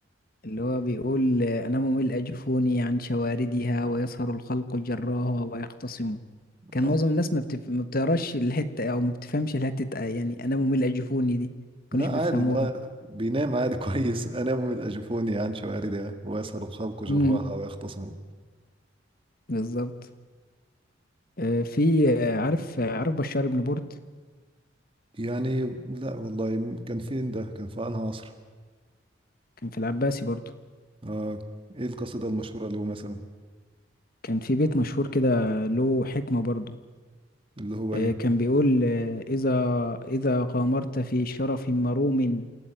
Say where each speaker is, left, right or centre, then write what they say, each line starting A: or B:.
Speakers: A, on the left; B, on the right.
A: اللي هو بيقول آه، أنا ممل أجفوني عن شواردها ويسهر الخلق جراها ويختصموا كان
B: اه
A: معظم الناس ما, بتف... ما بتقراش الحتة أو ما بتفهمش الحتة آه، يعني أنا ممل أجفوني دي ما كانوش
B: لا
A: بيفهموها
B: عادي لا بينام عادي <laughs> كويس انام من اجفوني عن شواردها ويسهر الخلق جراها
A: امم
B: ويختصموا
A: بالظبط آه، في آه، عارف آه، عارف بشار بن برد
B: يعني لا والله كان فين ده كان في انهي عصر
A: كان في العباسي برضو
B: آه ايه القصيده المشهوره له مثلا
A: كان في بيت مشهور كده له حكمة برضو
B: اللي هو
A: آه،
B: ايه
A: كان بيقول آه، إذا إذا غامرت في شرف مروم